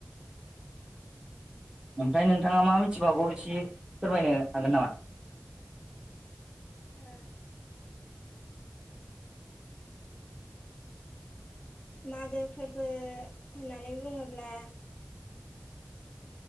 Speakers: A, on the right; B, on the left.
A: ओमफ्राय नोंथाङा मा मिथिबावागौ एसे फोरमायनो हागोन नामा
B: ओ मागो फोरबो होननानै बुङोब्ला